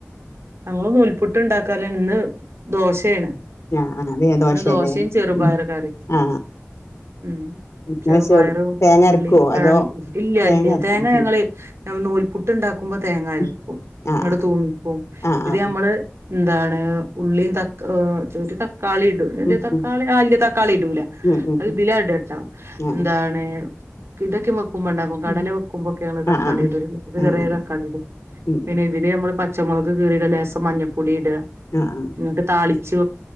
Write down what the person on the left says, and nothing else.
ആ ആ വേ ദോശല്ലേ
ഉം
ആ
ഇങ്ങനെ
ചെറു തേങ്ങ
അരക്കുവോ
അതോ
അരക്കും
ഉം
ഉം ആ
ആ
ആ
ആ
ആ.
ഉം
ഉം
ഉം ഉം
ഉം
ആ
ഉം.
ആ ആ
ആ ആ
ആ
ഉം
ഉം
ഉം.
ആ ആ